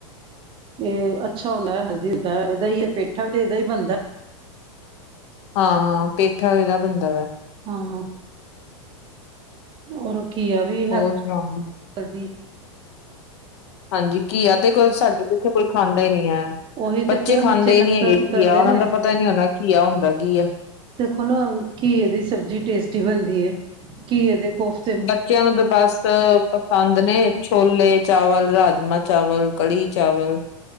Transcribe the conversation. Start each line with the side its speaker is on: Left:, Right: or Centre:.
Right: ਇਹ ਅੱਛਾ ਹੁੰਦਾ, ਹੈਲਦੀ ਹੁੰਦਾ, ਇਹਦਾ ਹੀ ਏ, ਪੇਠਾ ਵੀ 'ਤੇ ਇਹਦਾ ਹੀ ਬਣਦਾ।
Left: ਹਾਂ ਹਾਂ, ਪੇਠਾ ਇਹਦਾ ਬਣਦਾ ਵਾ।
Right: ਹਾਂ ਔਰ ਉਹ ਘਿਆ ਵੀ।
Left: ਹੋਰ ਸੁਣਾਓ ਜੀ।
Right: ਕਰਦੀ
Left: ਹਾਂਜੀ, ਘਿਆ 'ਤੇ ਕੋਈ ਸਾਡੇ ਇੱਥੇ ਕੋਈ ਖਾਂਦਾ ਹੀ ਨਹੀਂ ਏ,
Right: ਉਹੀ ਤੇ
Left: ਬੱਚੇ
Right: ਕਿਹਾ
Left: ਖਾਂਦੇ
Right: ਨਫ਼ਰਤ
Left: ਹੀ ਨਹੀਂ ਹੈਗੇ। ਘਿਆ
Right: ਕਰਦੇ
Left: ਦਾ ਤਾਂ ਉਹਨਾ
Right: ਨੇ
Left: ਦਾ ਪਤਾ ਹੀ ਨਹੀਂ ਹੋਣਾ। ਘਿਆ ਹੁੰਦਾ ਕੀ ਹੈ?
Right: ਦੇਖੋ ਨਾ ਘੀਏ ਦੀ ਸਬਜ਼ੀ ਟੇਸਟੀ ਬਣਦੀ ਏ, ਘਿਏ ਦੇ ਕੋਫ਼ -
Left: ਬੱਚਿਆਂ ਨੂੰ 'ਤੇ ਬਸ- ਪਸੰਦ ਨੇ, ਛੋਲੇ ਚਾਵਲ, ਰਾਜਮਾ ਚਾਵਲ, ਕੜੀ ਚਾਵਲ।